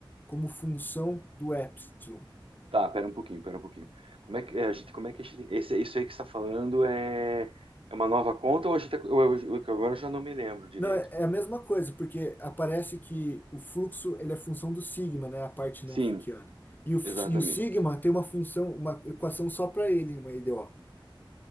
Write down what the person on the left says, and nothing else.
como função do epsilon.
Não, é é a mesma coisa, porque aparece que o fluxo ele é função do sigma, né, a parte
não Fickiana. E o,
e o sigma tem uma função, uma equação só para ele, uma EDO.